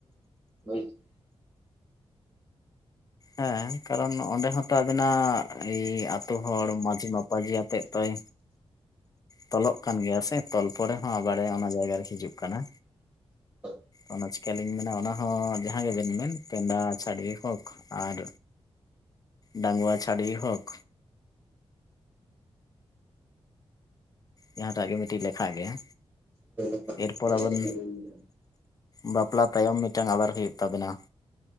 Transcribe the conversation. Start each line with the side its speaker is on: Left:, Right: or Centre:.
Right: ᱥᱮ <inaudible>
Left: ᱦᱮᱸ ᱠᱟᱨᱚᱱ ᱚᱸᱰᱮ ᱦᱚᱸᱛᱚ ᱮᱭ ᱟᱛᱳ ᱦᱚᱲ ᱢᱟᱺᱡᱷᱤ ᱢᱟᱯᱟᱡᱷᱤ ᱟᱛᱮᱫ ᱛᱚᱭ ᱛᱚᱞᱚᱜ ᱠᱟᱱ ᱜᱮᱭᱟ ᱥᱮ ᱛᱚᱞ ᱯᱚᱨᱮ ᱦᱚᱸ ᱟᱵᱟᱨᱮ ᱚᱱᱟ ᱡᱟᱭᱜᱟᱨᱮ ᱦᱤᱡᱩᱜ ᱠᱟᱱᱟ᱾
Right: <unintelligible>
Left: ᱚᱱᱟ ᱪᱤᱠᱟᱹᱞᱤᱧ ᱢᱮᱱᱟ ᱚᱱᱟ ᱦᱚᱸ ᱡᱟᱦᱟᱸ ᱜᱮᱵᱮᱱ ᱢᱮᱱ ᱮᱫᱟ ᱪᱷᱟᱹᱰᱭᱤ ᱦᱳᱠ ᱟᱨ ᱰᱟᱜᱣᱟ ᱪᱷᱟᱹᱰᱣᱤ ᱦᱳᱠ ᱡᱟᱦᱟᱸᱴᱟᱜ ᱜᱮ ᱢᱤᱫᱴᱤᱡ ᱞᱮᱠᱷᱟ ᱜᱮᱭᱟ
Right: ᱦᱳᱭ ᱦᱳᱭ
Left: ᱮᱨᱯᱚᱨ ᱟᱵᱮᱱ ᱵᱟᱯᱞᱟ ᱛᱟᱭᱚᱢ ᱢᱤᱫᱴᱟᱝ ᱟᱵᱟᱨ ᱦᱩᱭᱩᱜ ᱛᱟᱵᱮᱱᱟ